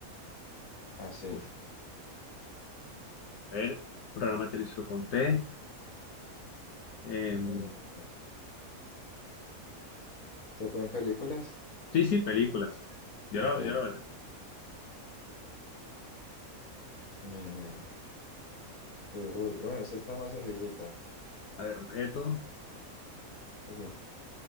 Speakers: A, on the left; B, on the left.
A: así.
B: Uf. A ver, programa televisivo con T. Em,
A: Mm, ¿Se pueden películas?
B: sí, sí, películas. Yo
A: Ok.
B: lo, yo lo voy a hacer.
A: Eh, y, uy, bueno, esta está más sencillita.
B: A ver, objeto,
A: Uy,